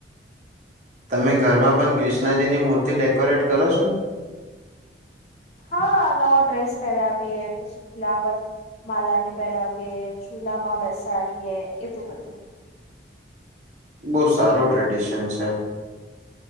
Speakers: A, on the right; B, on the left.
A: તમે ઘરમાં પણ ક્રિષ્ણાજીની મૂર્તિ ડેકોરેટ કરો છો?
B: હા, નવો ડ્રેસ પહેરાવીએે, પછી ફ્લાવરસ માલાને પહેરાવીએ જુલા માં બેસાડીએ એવું બધું.
A: બહુ સારું ટ્રેડિશન છે.